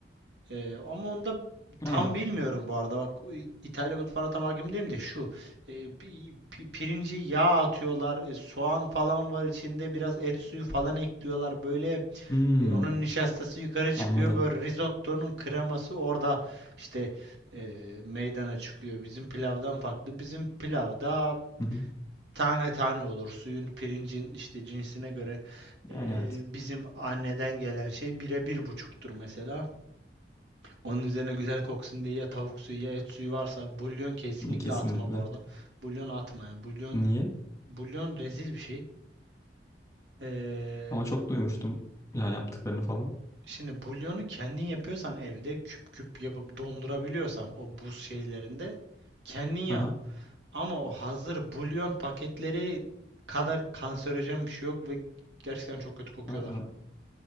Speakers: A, on the right (about 80°); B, on the left (about 15°).
A: Ee, ama onda
B: Aa,
A: tam bilmiyorum bu arada. Bak o İ- İtalya mutfağına tam hakim değilim de şu. e, pi- pi- pirinci yağ atıyorlar. e, soğan falan var içinde. Biraz et suyu falan ekliyorlar. Böyle
B: hmm,
A: e, onun nişastası yukarı çıkıyor.
B: anladım.
A: Böyle risottonun kreması orada işte e, meydana çıkıyor. Bizim pilavdan farklı. Bizim pilavda
B: Hı hı.
A: Tane tane olur. Suyun, pirincin işte cinsine göre eee,
B: Yani evet,
A: bizim anneden gelen şey bire bir buçuktur mesela. Onun üzerine güzel koksun diye ya tavuk suyu ya et suyu varsa bulyon kesinlikle
B: kesinlikle.
A: atma bu arada. Bulyon atma ya. Bulyon,
B: Niye?
A: bulyon rezil bir şey. Eee,
B: Ama çok duymuştum ya yaptıklarını falan.
A: şimdi bulyonu kendin yapıyorsan evde küp küp yapıp dondurabiliyorsan o buz şeylerinde kendin yap.
B: Aha.
A: Ama o hazır bulyon paketleri kadar kanserojen bir şey yok ve gerçekten çok kötü kokuyorlar.
B: Aha.